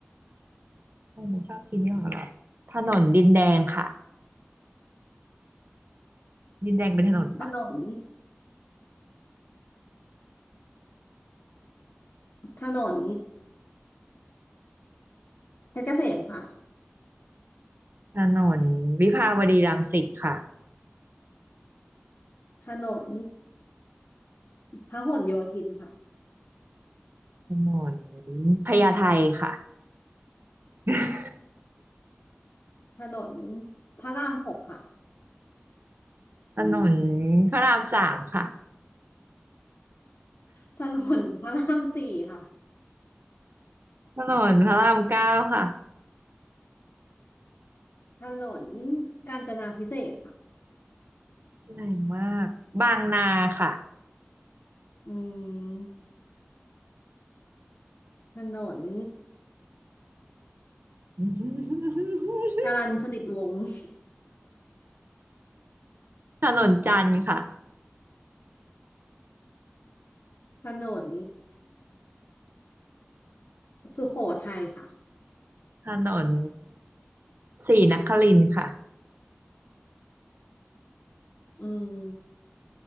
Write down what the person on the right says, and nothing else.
เออมันชอบคิดไม่ออกหรอถนนดินแดงค่ะดินแดงเป็นถนนปะ
ถนนวิภาวดีรังสิตค่ะ
ถนนพญาไทค่ะ <laughs>
ถนนพระรามสามค่ะ
ถนนพระรามเก้าค่ะ
แรงมาก บางนาค่ะ
<laughs>
ถนนจันทร์ค่ะ
ถนนศรีนครินทร์ค่ะ